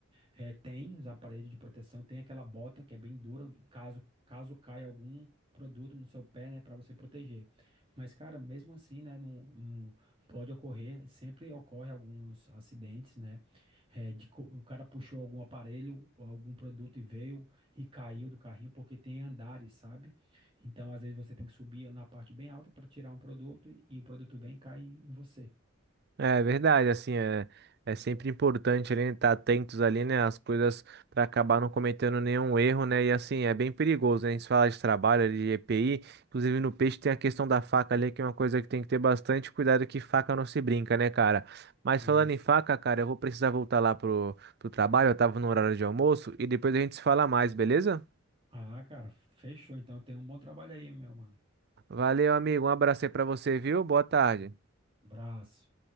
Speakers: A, on the right; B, on the right.
A: é, tem os aparelhos de proteção, tem aquela bota que é bem dura, e caso caso caia algum produto no seu pé, né, para você proteger. Mas, cara, mesmo assim, né, não, não pode ocorrer, sempre ocorre alguns acidentes, né, é, de, co- o cara puxou algum aparelho ou algum produto e veio e caiu do carrinho, porque tem andares, sabe? Então, às vezes você tem que subir na parte bem alta para tirar um produto e, e o produto vem e cai em, em você.
B: é verdade, assim, é, é sempre importante ali, né, estar atentos ali, né, às coisas para acabar não cometendo nenhum erro, né, e assim, é bem perigoso, né, a gente fala de trabalho, ali, de EPI, inclusive no peixe tem a questão da faca ali, que é uma coisa que tem que ter bastante cuidado, que faca não se brinca, né, cara. Mas
A: Isso.
B: falando em faca, cara, eu vou precisar voltar lá pro, pro trabalho, eu tava no horário de almoço, e depois a gente se fala mais, beleza?
A: Ah, cara, fechou. Então, tem um bom trabalho aí, meu mano.
B: Valeu, amigo. Um abraço aí pra você, viu? Boa tarde.
A: Um Abraço.